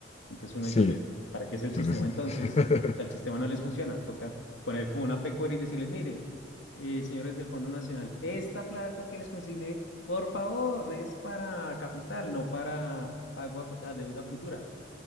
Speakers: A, on the left; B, on the left.
A: Entonces uno
B: Sí,
A: dice, pues, ¿para qué es el
B: pero
A: sistema
B: sí.
A: entonces?
B: <laughs>
A: Al sistema no les funciona, toca poner como una pecuaria y decirles, mire, eh, señores del Fondo Nacional, esta plata que les consigné, por favor, es para capital, no para pago a, fu- a deuda futura.